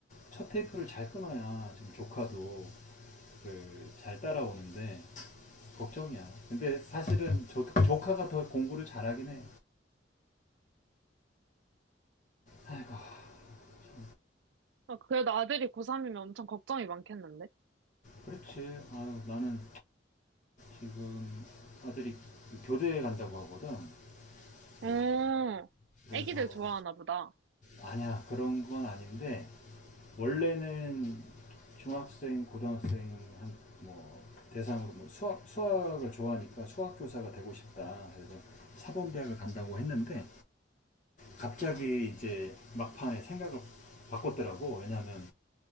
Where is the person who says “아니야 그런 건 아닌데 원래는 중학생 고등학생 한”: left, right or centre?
Left